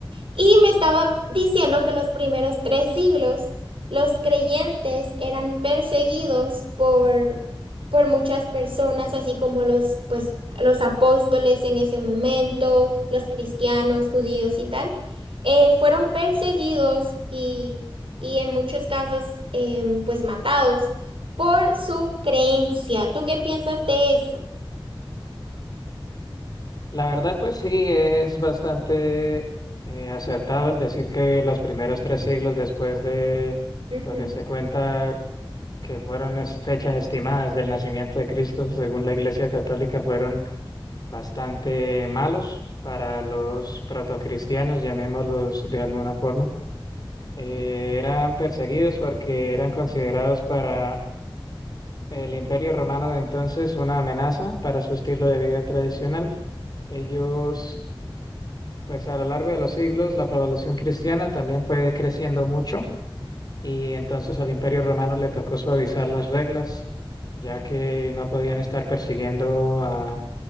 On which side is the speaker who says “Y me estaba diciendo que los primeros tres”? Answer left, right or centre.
Right